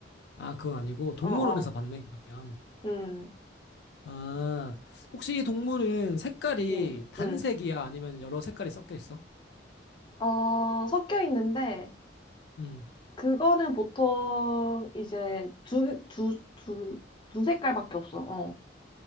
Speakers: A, on the left; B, on the left.
A: 아, 그건 아니고 동물원에서
B: 어, 어.
A: 봤네, 그러면.
B: 음,
A: 아, 혹시 이 동물은 색깔이
B: 음,
A: 단색이야?
B: 음.
A: 아니면 여러 색깔이 섞여 있어?
B: 어, 섞여 있는데,
A: 음.
B: 그거는 보통 이제 두, 두, 두, 두 색깔밖에 없어. 어.